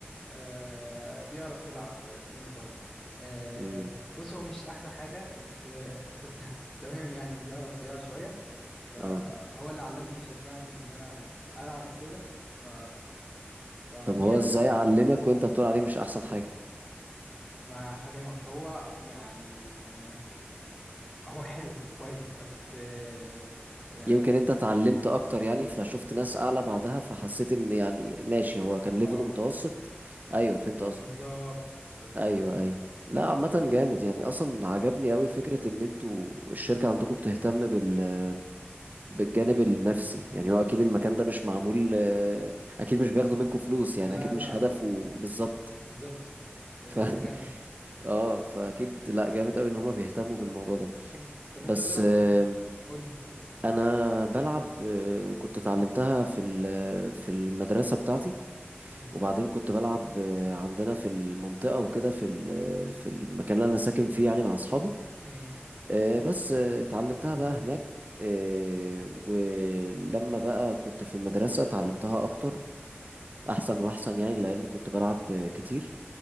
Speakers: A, on the left; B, on the right.
A: آه، بيعرف يلعب تنس طاولة آه،
B: مم.
A: بص هو مش أحسن حاجة بس <laughs> آه، بس تم- تمام يعني بيعرف يلعب شوية فهو
B: اه
A: اللي علمني وشجعني إن أنا ألعب وكده ف فمن
B: طب هو
A: هنا
B: ازاي علمك وانت بتقول عليه مش احسن حاجة
A: ما أفهمك هو يعني آه، هو حلو وكويس بس آه، يعني
B: يمكن انت اتعلمت اكتر يعني فشفت ناس اعلى بعدها فحسيت ان يعني ماشي هو كان ليفله
A: اه
B: متوسط ايوه فهمت قصدك
A: بالظبط بالظبط
B: ايوه ايوه لا عامة جامد يعني اصلا عجبني قوي فكرة ان انتوا الشركة عندكم بتهتم بال بالجانب النفسي يعني هو اكيد المكان ده مش معمول آه، اكيد مش بياخدوا منكم فلوس يعني
A: لا
B: اكيد مش
A: لا
B: هدفه بالظبط
A: بالظبط آه،
B: ف <laughs>
A: مجانا
B: اه فاكيد لا جامد قوي ان هما بيهتموا بالموضوع ده
A: مم. طب
B: بس
A: انت بتلعب
B: آه،
A: فين؟ قولي قولي
B: انا بلعب آه، كنت اتعلمتها في ال- في المدرسة بتاعتي
A: مم.
B: وبعدين كنت بلعب آه، عندنا في المنطقة وكده في ال- في المكان اللي انا ساكن فيه يعني مع اصحابي
A: مم.
B: آه، بس آه، اتعلمتها بقى هناك آه، ولما بقى كنت في المدرسة اتعلمتها أكتر أحسن وأحسن يعني لأن كنت بلعب آه، كتير